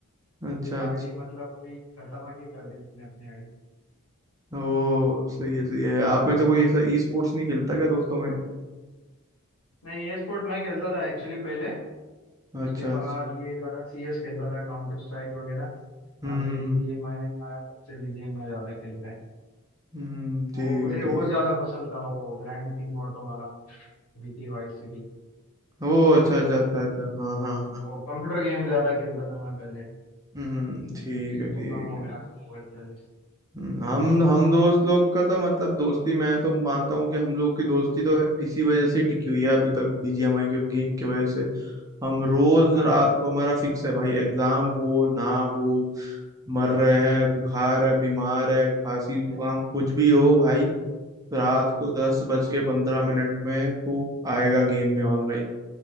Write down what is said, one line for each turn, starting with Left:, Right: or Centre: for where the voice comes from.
Right: अच्छा
Left: पूरी
Right: अच्छा
Left: आईडी मतलब अभी खतरनाक ही कर दी उसने अपनी आईडी
Right: ओ सही है सही है आप में से कोई ऐसा ई स्पोर्ट्स नहीं खेलता क्या दोस्तों में
Left: नहीं ये स्पोर्ट मैं खेलता था एक्चुअली पहले उसके
Right: अच्छा
Left: बाद
Right: अच्छा
Left: ये ज्यादा सीएस खेलता था काउंटर स्ट्राइक वगैरह
Right: हम्म
Left: अब ये बीजीएमआई
Right: हम्म
Left: आया तब से बीजीएमआई ज्यादा खेल रहा है
Right: हम्म, ठीक
Left: वो मुझे
Right: है ठीक
Left: वो
Right: है
Left: ज्यादा पसंद था वो ग्रैंड थीफ ऑटो वाला जीटी वाइस सिटी
Right: ओ अच्छा अच्छा अच्छा अच्छा हाँ हाँ हाँ
Left: वो कंप्यूटर गेम ज्यादा खेलता था मैं पहले
Right: हम्म ठीक
Left: अभी
Right: है
Left: तो
Right: ठीक
Left: कम हो
Right: है
Left: गया मोबाइल
Right: हम्म, हम हम दोस्त लोग का तो मतलब दोस्ती मैं तो मानता हूँ कि हम लोग की दोस्ती तो इसी वजह से ही टिकी हुई है अभी तक बीजीएमआई के गेम की वजह से हम रोज
Left: अरे
Right: रात को हमारा फिक्स है भाई एग्जाम हो ना हो मर रहे हैं बुखार है बीमार है खांसी जुकाम
Left: वाह।
Right: कुछ भी हो भाई रात को दस बज के पंद्रह मिनट में तू आएगा गेम में ऑनलाइन